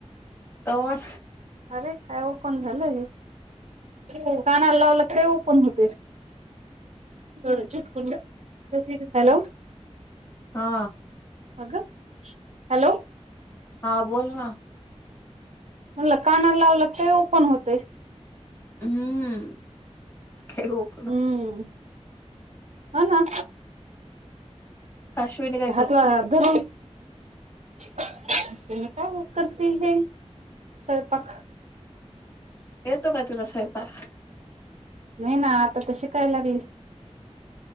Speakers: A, on the left; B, on the right.
A: कमून
B: अरे काय ओपन झालं हे हो कानाला लावला काय ओपन होतयं. तेवढं चिटंकुण द्या <unintelligible> हॅलो
A: हा
B: अग हॅलो
A: हा बोल ना
B: म्हणलं कानाला लावला काय ओपन होतेय.
A: हम्म काय ओप
B: हम्म हो ना
A: अश्विनी काय
B: ते
A: करते
B: हात वा धरून तुम्ही काय करते हे स्वयंपाक
A: येतो का तुला स्वयंपाक
B: नायं ना आता त शिकाय लागली.